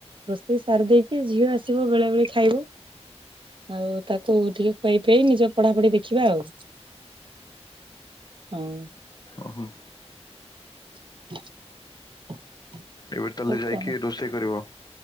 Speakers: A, on the right; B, on the left.
A: ରୋଷେଇ ସାରି ଦେଇକି ଝିଅ ଆସିବ ବେଳାବେଳି ଖାଇବ। ଆଉ ତାକୁ ଟିକେ ଖୁଆଇପେଇ ନିଜ ପଢାପଢି ଦେଖିବା ଆଉ। ଆଁ -ଉ।
B: ଓହୋମ୍।
A: <unintelligible>
B: ଏବେ ତାହେଲେ
A: ଆଉ
B: ଯାଇକି
A: କଣ
B: ରୋଷେଇ କରିବ?